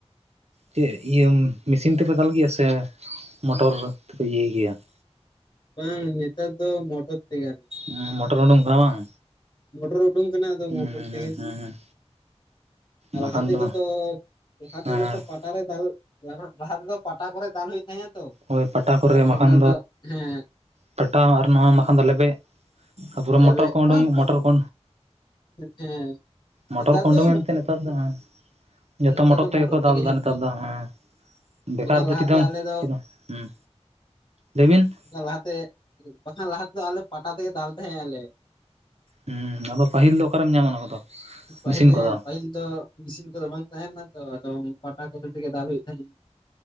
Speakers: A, on the right; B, on the left.
A: ᱪᱮᱫ ᱤᱭᱟᱹ ᱢᱮᱥᱤᱱ ᱛᱮᱯᱮ ᱫᱟᱞ ᱜᱮᱭᱟ ᱥᱮ, ᱢᱚᱴᱚᱨ ᱛᱮᱯᱮ ᱤᱭᱟᱹᱭ ᱜᱮᱭᱟ ᱾
B: ᱵᱟᱝ ᱱᱮᱛᱟᱨ ᱫᱚ ᱢᱚᱴᱚᱨ ᱛᱮᱜᱟᱱ᱾ <unintelligible>
A: ᱦᱮᱸ ᱢᱚᱴᱚᱨ ᱩᱰᱩᱝ ᱠᱟᱱᱟ ᱵᱟᱝ?
B: ᱢᱚᱴᱚᱨ ᱩᱰᱩᱝ ᱠᱟᱱᱟ, ᱟᱫᱚ
A: ᱦᱩᱸ
B: ᱢᱚᱴᱚᱨ ᱛᱮᱜᱮ
A: ᱦᱩᱸ
B: ᱾
A: ᱦᱩᱸ ᱦᱩᱸ
B: ᱟᱨ
A: ᱵᱟᱠᱷᱟᱱ
B: ᱞᱟᱦᱟ ᱛᱮᱫᱚ
A: ᱫᱚ
B: ᱛᱚ, ᱞᱟᱦᱟ
A: ᱦᱮᱸ
B: ᱛᱮᱫᱚ ᱛᱚ ᱯᱟᱴᱟ ᱨᱮ ᱫᱟᱞ ᱞᱟᱦᱟ ᱛᱮᱫᱚᱼᱼ ᱯᱟᱴᱟ ᱠᱚᱨᱮ ᱫᱟᱞ ᱦᱩᱭᱩᱜ ᱛᱟᱦᱮᱸᱼᱟ ᱛᱚ,
A: ᱦᱳᱭ ᱯᱟᱴᱟ ᱠᱚᱨᱮ
B: ᱟᱫᱚ
A: ᱵᱟᱠᱷᱟᱱ
B: ᱱᱮᱛᱟᱨ ᱫᱚ ᱦᱮᱸᱼᱼ
A: ᱯᱟᱴᱟᱣ ᱟᱨ ᱱᱚᱣᱟ ᱵᱟᱠᱷᱟᱱ ᱫᱚ ᱞᱮᱵᱮᱫ, ᱛᱟᱨᱯᱚᱨᱮ ᱢᱚᱴᱚᱨ
B: ᱞᱮᱵᱮᱫ
A: ᱠᱚ ᱚᱰᱚᱝ
B: ᱵᱟᱝ ᱯᱟᱜ
A: ᱢᱚᱴᱚᱨ ᱠᱚᱼᱼ
B: ᱦᱮᱸ
A: ᱢᱚᱴᱚᱨ
B: ᱱᱮᱛᱟᱨ
A: ᱠᱚ
B: ᱫᱚ
A: ᱚᱰᱚᱝ ᱮᱱᱛᱮ ᱱᱮᱛᱟᱨ ᱫᱚ ᱦᱟᱸᱜᱼᱼ ᱡᱚᱛᱚ
B: ᱱᱮᱛᱟᱨ
A: ᱢᱚᱴᱚᱨ
B: ᱫᱚ
A: ᱛᱮᱜᱮ ᱠᱚ ᱫᱟᱞ ᱮᱫᱟ
B: ᱡᱷᱚᱛᱚ
A: ᱱᱮᱛᱟᱨ ᱫᱚ ᱦᱮᱸ, ᱵᱮᱠᱟᱨ
B: ᱵᱟᱠᱷᱟᱱ
A: ᱫᱚ
B: ᱞᱟᱦᱟᱛᱮ
A: ᱪᱮᱫ
B: ᱟᱞᱮ ᱫᱚ
A: <inaudible> ᱦᱩᱸ, ᱞᱟᱹᱭᱵᱤᱱ ᱾
B: ᱠᱷᱟᱱ ᱞᱟᱦᱟᱛᱮ, ᱵᱟᱠᱷᱟᱱ ᱞᱟᱦᱟ ᱛᱮᱫᱚ ᱟᱞᱮ ᱯᱟᱴᱟ ᱛᱮᱜᱮ ᱫᱟᱞ ᱛᱟᱦᱮᱸᱜ ᱟᱞᱮ ᱾
A: ᱦᱮᱸ ᱟᱫᱚ ᱯᱟᱹᱦᱤᱞ ᱫᱚ ᱚᱠᱟᱨᱮᱢ ᱧᱟᱢᱟ ᱚᱱᱟ ᱠᱚᱫᱚ,
B: ᱯᱟᱹᱦᱤᱞ
A: ᱢᱮᱥᱤᱱ
B: ᱦᱮᱸ
A: ᱠᱚᱫᱚ ᱾
B: ᱯᱟᱹᱦᱤᱞ ᱫᱚᱼᱼ ᱢᱮᱥᱤᱱ ᱠᱚᱫᱚ ᱵᱟᱝ ᱛᱟᱦᱮᱸ ᱞᱮᱱᱟ ᱛᱚ ᱟᱫᱚᱢ ᱯᱟᱴᱟ ᱠᱚᱛᱮᱜ ᱛᱮᱜᱮ ᱫᱟᱞ ᱦᱩᱭᱩᱜ ᱛᱟᱦᱮᱸᱱᱟ ᱾